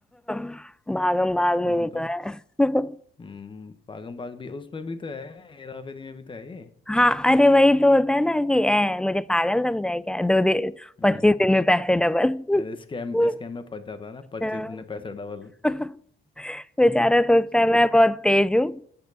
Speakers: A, in the centre; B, on the left.
A: <laughs> भागम भाग में
B: नहीं
A: भी
B: तो
A: तो है <laughs>
B: हम्म पागम पाग भी उसमें भी तो है हेरा फेरी में भी तो है ये
A: हाँ अरे वही तो होता है ना कि ए, मुझे पागल समझा है क्या दो दिन
B: हम्म
A: पच्चीस दिन में पैसे डबल <laughs>
B: अरे स्कैम स्कैम में फंस जाता है ना पच्चीस
A: हाँ।
B: दिन में पैसे डबल
A: <laughs> बेचारा सोचता
B: चलो
A: है मैं बहुत तेज हूँ